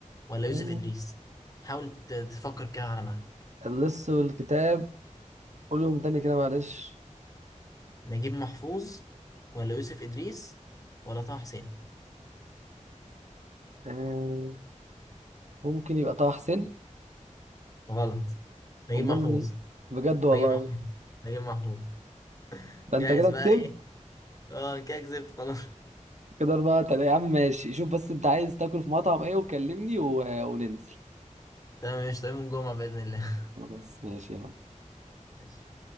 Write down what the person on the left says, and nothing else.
ولا يوسف
إدريس حاول ت- تفكر كده على مهلك
نجيب محفوظ ولا يوسف إدريس ولا طه حسين
غلط نجيب
محفوظ
نجيب محفوظ <laughs> نجيب محفوظ
جاهز
بقى إيه اه كده كسبت خلاص
تمام مش طيب من جمعة بإذن الله
<laughs>